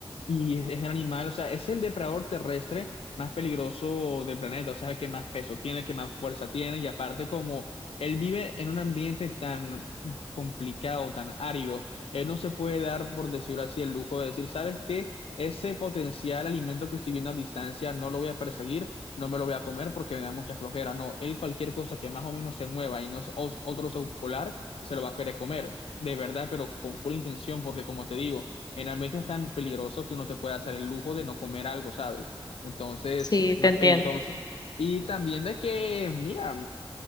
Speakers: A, on the left; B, on the left.
A: y es el animal, o sea, es el depredador terrestre más peligroso del planeta, o sea, el que más peso tiene, el que más fuerza tiene, y aparte como él vive en un ambiente tan complicado, tan árido, él no se puede dar, por decirlo así, el lujo de decir, ¿sabes qué? Ese potencial alimento que estoy viendo a distancia no lo voy a perseguir, no me lo voy a comer porque me da mucha flojera, no, él cualquier cosa que más o menos se mueva y no es os- otro oso polar, se lo va a querer comer, de verdad, pero con full intención, porque como te digo, en ambientes tan peligrosos, tú no te puedes hacer el lujo de no comer algo, ¿sabes? Entonces,
B: Sí,
A: es más
B: te entiendo.
A: peligroso. Y también de que, mira,